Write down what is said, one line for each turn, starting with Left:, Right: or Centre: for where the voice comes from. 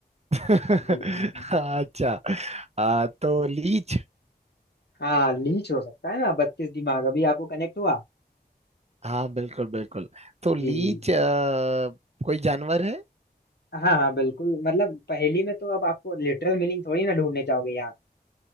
Right: <laughs>
Left: जी जी जी
Right: अच्छा आ, तो लीच
Left: हाँ लीच हो सकता है ना बत्तीस दिमाग अभी आपको कनेक्ट हुआ
Right: हाँ बिल्कुल बिल्कुल तो लीच
Left: जी
Right: आ, कोई जानवर है
Left: हाँ हाँ बिल्कुल मतलब पहेली में तो अब आपको लिटरल मीनिंग थोड़ी ना ढूंढने जाओगे यहाँ